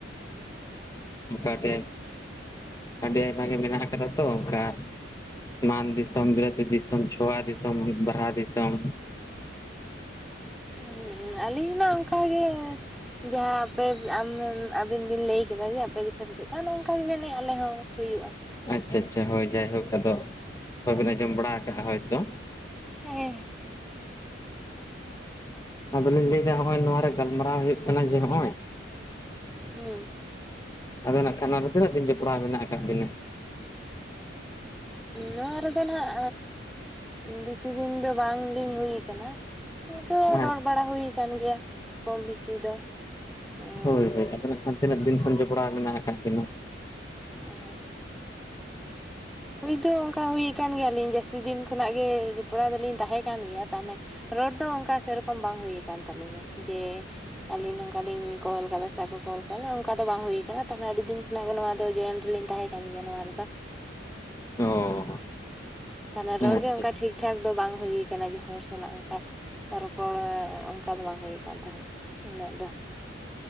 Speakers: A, on the left; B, in the centre.
A: <unintelligible> ᱚᱠᱟᱴᱮ ᱟᱹᱰᱤ ᱟᱭᱢᱟ ᱜᱮ ᱢᱮᱱᱟᱜ ᱠᱟᱫᱟ ᱛᱚ ᱚᱝᱠᱟ ᱢᱟᱱ ᱫᱤᱥᱚᱢ ᱵᱤᱞᱟᱹᱛ ᱫᱤᱥᱚᱢ ᱪᱷᱚᱣᱟ ᱫᱤᱥᱚᱢ ᱵᱟᱨᱦᱟ ᱫᱤᱥᱚᱢ
B: ᱦᱮᱸ ᱦᱮᱸ ᱟᱹᱞᱤᱧ ᱢᱟ ᱚᱝᱠᱟᱜᱮ ᱡᱟᱦᱟᱸ ᱟᱯᱮ ᱟᱢᱮᱢ ᱟᱵᱤᱱ ᱵᱤᱱ ᱞᱮᱭ ᱠᱮᱫᱟ ᱡᱮ ᱟᱯᱮ ᱫᱤᱥᱚᱢ ᱪᱮᱜ ᱱᱝᱠᱟ ᱜᱮ ᱡᱟᱹᱱᱤᱡ ᱟᱞᱮ ᱦᱚᱸ ᱦᱩᱭᱩᱜᱼᱟ᱾
A: ᱟᱪᱪᱷᱟ ᱟᱪᱪᱷᱟ ᱦᱳᱭ ᱡᱟᱭᱦᱳᱠ ᱟᱫᱚ ᱵᱟᱵᱤᱱ ᱟᱸᱡᱚᱢ ᱵᱟᱲᱟ ᱠᱟᱜᱼᱟ ᱦᱳᱭᱛᱚ
B: ᱦᱮᱸ᱾
A: ᱟᱫᱚᱞᱤᱧ ᱞᱟᱹᱭᱫᱟ ᱱᱚᱸᱜᱼᱚᱭ ᱱᱚᱣᱟ ᱨᱮ ᱜᱟᱞᱢᱟᱨᱟᱣ ᱦᱳᱭᱳᱜ ᱠᱟᱱᱟ ᱡᱮ ᱦᱚᱸᱜᱼᱚᱭ
B: ᱦᱩᱸ
A: ᱟᱫᱚ ᱱᱟᱜ ᱠᱷᱟᱱ ᱱᱚᱣᱟ ᱨᱮ ᱛᱤᱱᱟᱹᱜ ᱫᱤᱱ ᱡᱚᱯᱲᱟᱣ ᱢᱮᱱᱟᱜ ᱠᱟᱜ ᱵᱤᱱᱟ
B: ᱱᱚᱣᱟ ᱨᱮᱫᱚ ᱱᱟᱜ ᱵᱤᱥᱤ ᱫᱤᱱ ᱫᱚ ᱵᱟᱝᱞᱤᱧ ᱦᱩᱭ ᱠᱟᱱᱟ ᱤᱝᱠᱟᱹ
A: ᱟᱪᱪᱷᱟ
B: ᱨᱚᱲ ᱵᱟᱲᱟ ᱦᱩᱭ ᱠᱟᱱ ᱜᱮᱭᱟ ᱠᱚᱢ ᱵᱤᱥᱤ ᱫᱚ ᱚᱸ
A: ᱦᱳᱭ ᱦᱳᱭ ᱟᱫᱚ ᱱᱟᱜ ᱠᱷᱟᱱ ᱛᱤᱱᱟᱹᱜ ᱫᱤᱱ ᱠᱷᱚᱱ ᱡᱚᱯᱲᱟᱣ ᱢᱮᱱᱟᱜ ᱟᱠᱟᱜ ᱠᱤᱱᱟ
B: ᱚ ᱦᱩᱭ ᱫᱚ ᱚᱝᱠᱟ ᱦᱩᱭ ᱟᱠᱟᱱ ᱜᱮᱭᱟᱞᱤᱧ ᱡᱟᱹᱥᱛᱤ ᱫᱤᱱ ᱠᱷᱚᱱᱟᱜ ᱜᱮ ᱡᱚᱯᱲᱟᱣ ᱫᱚᱞᱤᱧ ᱛᱟᱦᱮᱸ ᱠᱟᱱ ᱜᱮᱭᱟ ᱛᱟᱦᱚᱞᱮ ᱨᱚᱲ ᱫᱚ ᱚᱝᱠᱟ ᱥᱮᱨᱚᱠᱚᱢ ᱵᱟᱝ ᱦᱳᱭ ᱠᱟᱱ ᱛᱟᱹᱞᱤᱧᱟ ᱡᱮ ᱟᱞᱤᱧ ᱱᱚᱝᱠᱟᱞᱤᱧ ᱠᱚᱞ ᱠᱟᱫᱟ ᱥᱮ ᱚᱠᱚ ᱠᱚ ᱠᱚᱞ ᱠᱟᱫᱟ ᱚᱝᱠᱟ ᱫᱚ ᱵᱟᱝ ᱦᱩᱭ ᱠᱟᱱᱟ ᱛᱟᱦᱚᱞᱮ ᱟᱹᱰᱤ ᱫᱤᱱ ᱠᱷᱚᱱᱟᱜ ᱜᱮ ᱱᱚᱣᱟ ᱫᱚ ᱡᱚᱭᱮᱱ ᱞᱤᱧ ᱛᱟᱦᱮᱸ ᱠᱟᱱ ᱜᱮᱭᱟ ᱱᱚᱣᱟ ᱨᱮᱫᱚ᱾
A: ᱚ
B: ᱛᱟᱦᱚᱞᱮ
A: ᱟᱪᱪᱷᱟ
B: ᱨᱚᱲ ᱜᱮ ᱚᱝᱠᱟ
A: ᱟᱪᱪᱷᱟ
B: ᱴᱷᱤᱠ ᱴᱷᱟᱠ ᱫᱚ ᱵᱟᱝ ᱦᱩᱭ ᱠᱟᱱᱟ ᱡᱮ ᱦᱚᱲ ᱥᱟᱞᱟᱜ ᱚᱱᱠᱟ ᱨᱚᱯᱚᱲ ᱚᱱᱠᱟ ᱫᱚ ᱵᱟᱝ ᱦᱩᱭ ᱠᱟᱱ ᱛᱟᱦᱮᱸ ᱞᱤᱧ ᱩᱱᱟᱹᱜ ᱫᱚ